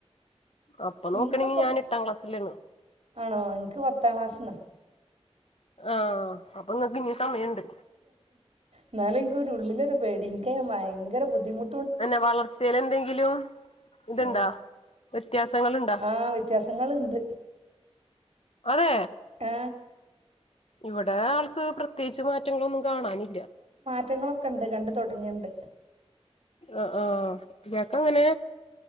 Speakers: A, on the left; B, on the right.
A: അപ്പൊ നോക്കണെങ്കി
B: ഇന്ക്കൊക്കെ
A: ഞാൻ എട്ടാം ക്ലാസ്സിലാണ്
B: ആണോ ഇൻക്ക് പത്താം ക്ലാസ്സ്‌ന്നാ
A: ആ അപ്പൊങ്ങക്ക് ഇനി സമയണ്ട്
B: ന്നാലും ഇൻക്കൊരു ഉള്ളിലൊരു പേടി ഇൻക്ക്‌ ഭയങ്കര ബുദ്ധിമു
A: തന്നെ വളർച്ചെലെന്തെങ്കിലും ഇത്ണ്ടാ
B: ഉം
A: വ്യത്യാസങ്ങള്ണ്ടോ
B: ആഹ് വ്യത്യാസങ്ങള്ണ്ട്
A: അതേ
B: ആ
A: ഇവിടെ ആൾക്ക് പ്രത്യേകിച്ച് മാറ്റങ്ങളൊന്നും കാണാനില്ല
B: മാറ്റങ്ങളൊക്കെ ഉണ്ട് കണ്ട് തുടങ്ങിണ്ട്
A: ആ ആഹ് ഇയാക്ക് അങ്ങനെ